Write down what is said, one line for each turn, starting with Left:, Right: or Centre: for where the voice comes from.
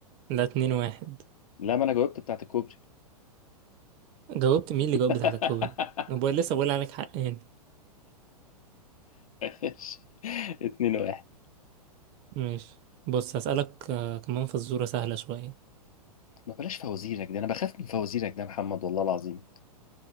Right: ده اتنين واحد
Left: لا ما انا جاوبت بتاعت الكوبري
Right: جاوبت مين اللي
Left: <laughs>
Right: جاوب بتاعت الكوبري بقول لسه بقول عليك حقاني
Left: ماشي 2 1
Right: ماشي بص هسألك آه، كمان فزورة سهلة شوية
Left: ما بلاش فوازيرك دي انا بخاف من فوازيرك ده يا محمد والله العظيم